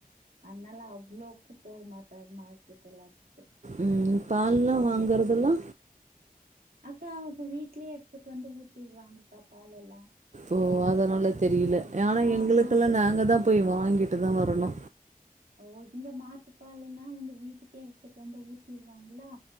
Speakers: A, on the right; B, on the right.
A: அதனால அவ்வளோக்கு போகமாட்டார் மார்க்கெட் எல்லாத்துக்கு
B: ம் பால்லா வாங்கறதெல்லா
A: அக்கா அவுங்க வீட்லயே எடுத்துட்டு வந்து ஊத்திடுவாங்கக்கா பால் எல்லா
B: ஓ அதனால தெரியல ஆனா
A: ஆ
B: எங்களுக்கெல்லா
A: மாட்டுப்பா
B: நாங்க தா போய் வாங்கிட்டு தா வரணு
A: ஓ இங்க மாட்டுப்பால்ன்னா உங்க வீட்டுக்கே எடுத்துட்டு வந்து ஊத்திருவாங்களா